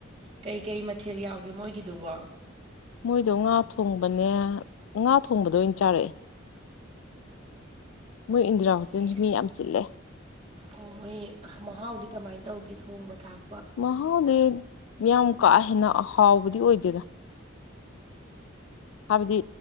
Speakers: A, on the right (about 30°); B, on the left (about 80°).
A: ꯀꯩꯀꯩ ꯃꯊꯦꯜ ꯌꯥꯎꯒꯦ ꯃꯣꯏꯒꯤꯗꯨꯕꯣ
B: ꯃꯣꯏꯗꯣ ꯉꯥ ꯊꯣꯡꯕꯅꯦ ꯉꯥ ꯊꯣꯡꯕꯗꯣ ꯑꯣꯏꯅ ꯆꯥꯔꯛꯑꯦ ꯃꯣꯏ ꯏꯟꯗꯤꯔꯥ ꯍꯣꯇꯦꯜꯖꯨ
A: ꯑꯦ
B: ꯃꯤ ꯌꯥꯝ ꯆꯤꯜꯂꯦ
A: ꯑꯣ ꯃꯣꯏ ꯃꯍꯥꯎꯗꯤ ꯀꯃꯥꯏꯅ ꯇꯧꯒꯦ ꯊꯣꯡꯕ ꯊꯥꯛ
B: ꯃꯍꯥꯎꯗꯤ ꯌꯥꯝ ꯀꯥ ꯍꯦꯟꯅ ꯑꯍꯥꯎꯕꯗꯤ ꯑꯣꯏꯗꯦꯗ ꯍꯥꯏꯕꯗꯤ